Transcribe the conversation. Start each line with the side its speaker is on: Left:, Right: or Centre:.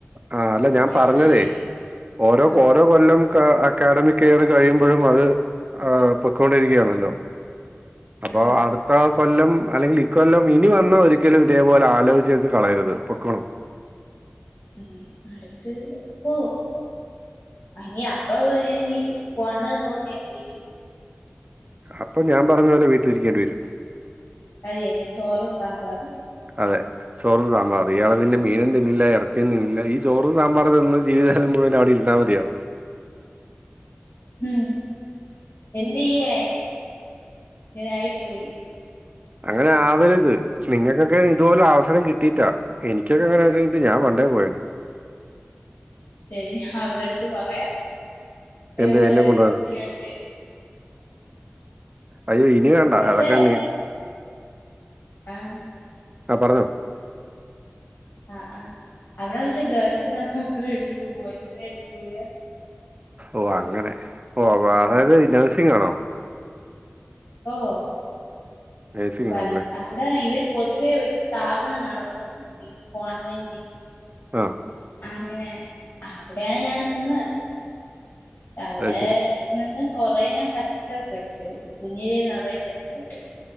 Right: ആഹ് അല്ല ഞാൻ
Left: പേടിച്ചു
Right: പറഞ്ഞതേ
Left: പോയി
Right: ഓരോ
Left: ആ
Right: ക്കോരോ കൊല്ലം ക അക്കാഡമിക് ഇയർ കഴിയുമ്പഴും അത് ആഹ് പൊക്കൊണ്ടിരിക്കയാണല്ലോ അപ്പൊ
Left: ആ
Right: അട് കൊല്ലം അല്ലെങ്കിൽ ഇക്കൊല്ലം ഇനി വന്നാൽ ഒരിക്കലും ഇതേപോലെ ആലോചിച്ച് എടുത്ത് കളയരുത് പൊക്കോളണം
Left: ഉം അടുത്ത് പോകും അയ്നി അപ്പൊ നി പോണ്ടാന്ന് തോന്നിയാ എന്ത് ചെയ്യും
Right: അപ്പൊ ഞാൻ പറഞ്ഞ പോലെ വീട്ടിലിരിക്കേണ്ടി വരും
Left: അത്യന്ന ചോറും സാമ്പാറും
Right: അതെ ചോറും സാമ്പാറും ഇയാള് പിന്നെ മീനും തിന്നില്ല ഇറ ചെന്നില്ല ഈ ചോറും സാമ്പാറും തിന്ന് ജീവിതകാലം മുഴുവൻ അവിടെ ഇരുന്ന മതിയോ
Left: ഉം എന്തെയ്യാൻ ഇങ്ങനായി പോയി
Right: അങ്ങനെ ആവരുത് നിങ്ങൾക്കൊക്കെ ഇതുപോലെ അവസരം കിട്ടീട്ടാ എനിക്കൊക്കെങ്ങനെ ഇത് ഞാൻ പണ്ടേ പോയേനെ
Left: ശരി അവരെടുത്ത് പറയാ ഇതുപോലൊരു
Right: എന്ത് എന്നെ കൊണ്ടുപോവാൻ
Left: കുട്ടിയുണ്ട്
Right: അയ്യോ ഇനി വേണ്ട
Left: പക്ഷെ
Right: അതൊക്കെണ്ണീ
Left: ആഹ്
Right: ആ പറഞ്ഞോ
Left: ആഹ് ആഹ് അവിടെ വെച്ച് ഗേൾസിനെ മാത്രം എടുക്കൂ ബോയ്സിനെ എടുക്കൂല
Right: ഓഹ് അങ്ങനെ ഓഹ് അതായത് നഴ്സിംഗാണോ
Left: ഓഹ്
Right: നഴ്സിംഗ്
Left: വ
Right: ആണല്ലേ
Left: അവിടെ ഇവര് പൊതുവേ ഒരു സ്ഥാപനം നടത്തുന്നുണ്ട് ഈ കോൺവെൻ്റ്
Right: ആഹ്
Left: അങ്ങനെ അവിടെയാണ് ഞാൻ നിന്നത് അവിടെ
Right: അത് ശരി
Left: നിന്ന് കൊറെ ഞാൻ കഷ്ടപ്പെട്ട് കുഞ്ഞിലെ നിറയെ കഷ്ടപ്പെട്ടു